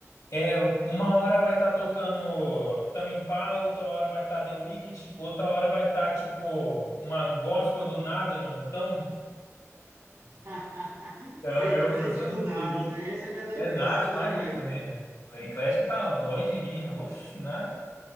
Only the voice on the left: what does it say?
é uma hora vai estar tocando Tame Impala, outra hora vai estar The Wicked, outra hora vai estar, tipo, uma gospel do nada, mano. Então,
então
eu fui fazendo
playlist.
É, nossa,
imagina,
né? Eclético tá longe de mim. Oxe, nada.